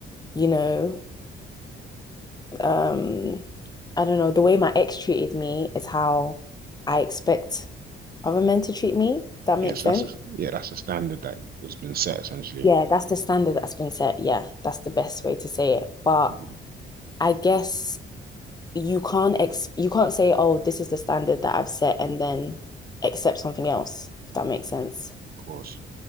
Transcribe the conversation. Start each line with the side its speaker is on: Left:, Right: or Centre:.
Left: you know, um, I don't know, the way my ex treated me is how I expect other men to treat me, if that
Right: Yeah,
Left: makes
Right: so
Left: sense.
Right: that's a, yeah, that's a standard that has been set essentially.
Left: Yeah, that's the standard that's been set. Yeah, that's the best way to say it. But
Right: Mhm.
Left: I guess you can't ex you can't say, oh, this is the standard that I've set and then accept something else, if that makes sense.
Right: Of course.